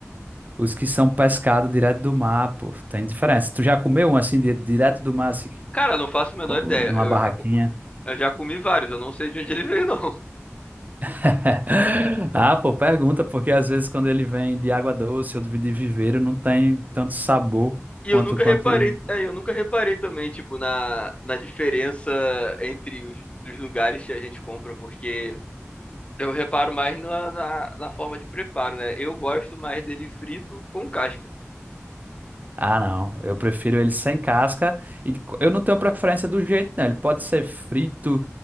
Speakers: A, on the right; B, on the left.
A: Os que são pescado direto do mar, pô, tem diferença. Tu já comeu um assim, di- direto do mar, assim,
B: cara, não faço a menor
A: co-
B: ideia.
A: numa
B: Eu
A: barraquinha?
B: já, co- eu já comi vários, eu não sei de onde ele veio, não. <laughs>
A: <laughs> Ah, pô, pergunta, porque às vezes quando ele vem de água doce ou de de viveiro, não tem tanto sabor
B: E eu
A: quanto
B: nunca
A: quanto.
B: reparei, é, eu nunca reparei também, tipo, na, na diferença entre os dos lugares que a gente compra, porque eu reparo mais na, na, na forma de preparo, né? Eu gosto mais dele frito com casca.
A: Ah, não. Eu prefiro ele sem casca. E co- eu não tenho preferência do jeito, não. Ele pode ser frito,